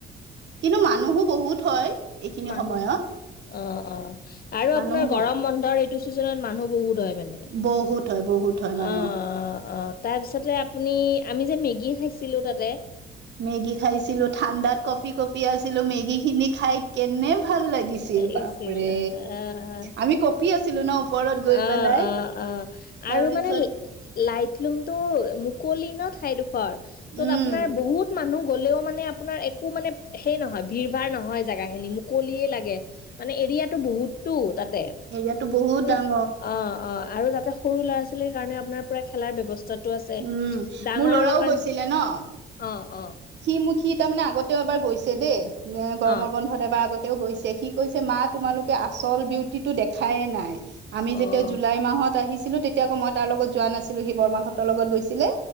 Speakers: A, on the right; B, on the left.
A: কিন্তু মানুহো বহুত হয় এইখিনি
B: মানুহ
A: সময়ত
B: অ অ আৰু
A: মানুহো
B: আপোনাৰ
A: বহুত
B: গৰম বন্ধৰ এইটো চিজন মানুহ বহুত হয় মানে
A: বহুত হয় বহুত হয় মানুহ
B: অ অ অ তাৰপিছতে আপুনি আমি যে মেগী খাইছিলো তাতে
A: মেগি খাইছিলো ঠাণ্ডাত কফি কফি আছিলো মেগী খিনি খাই কেনে ভাল লাগিছিল
B: আছিল
A: বাপৰে আমি কঁপি আছিলো ন ওপৰত গৈ
B: অ
A: পেলাই
B: অ অ
A: তাৰপিছত
B: আৰু মানে লাইট ৰোমটো মুকলি ন ঠাইডোখৰ তত
A: উম
B: আপোনাৰ বহুত মানুহ গ'লেও মানে আপোনাৰ একো মানে সেই নহয় ভিৰ ভাৰ নহয় জেগা খিনি মুকলিয়ে লাগে মানে এতিয়াত বহুতো তাত
A: হেৰিয়াতো বহুত দাম
B: অ
A: <unintelligible>
B: অ আৰু তাতে সৰু ল'ৰা ছোৱালীৰ কাৰণে আপোনাৰ পোৰা খেলাৰ ব্যৱস্থাত আছে
A: উম
B: ডাঙৰৰ
A: মোৰ ল'ৰাও
B: কাৰণে
A: গৈছিলে ন
B: অ অ',
A: সি মোক সি তাৰমানে আগতেও এবাৰ গৈছে দেই এ গৰমৰ
B: অ', অ',
A: বন্ধত এবাৰ আগতেও গৈছে সি কৈছে মা তোমালোকে আচল বিউ দেখাইে নাই আমি
B: অ',
A: যেতিয়া জুলাই মাহত আহি কিন্তু তেতিয়া কৌ মই তাৰ লগত যোৱা নাছিলো সি বৰৰ্মাহঁতৰ লগত গৈছিলে